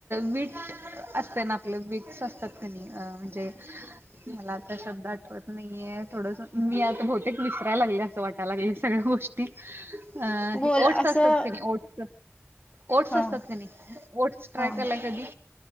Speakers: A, on the right; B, on the left.
A: वीट असते ना आपलं वीक्स असतात की नाही म्हणजे मला आता शब्द आठवत नाहीये थोडस मी आता बहुतेक विसरायला लागले असं वाटायला लागले सगळ्या गोष्टी अ
B: बोल
A: ओट्स
B: असं
A: असत ते ओट्स ओट्स
B: हा
A: असतात क नाही ओट्स ट्राय
B: हा
A: कलाय कधी